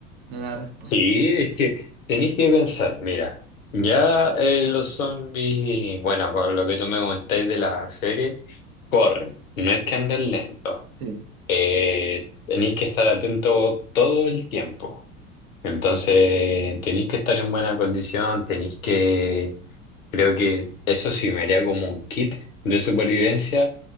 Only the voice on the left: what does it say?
Sí, es que tenéis que pensar, mira, ya eh, los zombies, bueno, con lo que tú me comentáis de la serie, corren, no es que anden lentos,
eh, tenéis que estar atentos todo el tiempo. Entonces, tenéis que estar en buena condición, tenéis que, creo que eso sí me haría como un kit de supervivencia,